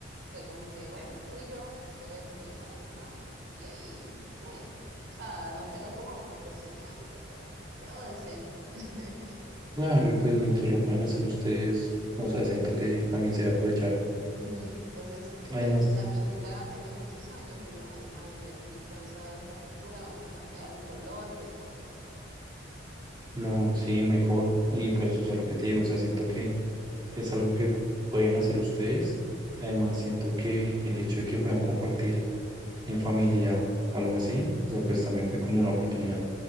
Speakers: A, on the right (about 80°); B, on the right (about 25°).
A: fue como que, bueno, tú y yo podemos, y yo, bueno, vamos. Y ahí, sí, o sea, no quedó como profesional, pero quedó decente. <laughs>
B: Claro, y pues mientras lo puedan hacer ustedes, o sea,
A: Sí.
B: siento que también se va a aprovechar.
A: Ujú. Entonces,
B: Además,
A: eh, la pintura tenía muchos años y mi mamá dijo, ay, no, ya estoy cansada de esta pintura, vamos a cambiar los colores, de todo.
B: no, sí, mejor. Y
A: Sí,
B: pues, o sea, lo que te digo, o sea, siento que es algo que pueden hacer ustedes. Además,
A: ujú.
B: siento que el hecho de que puedan compartir en familia algo así, o sea, pues también fue como una oportunidad.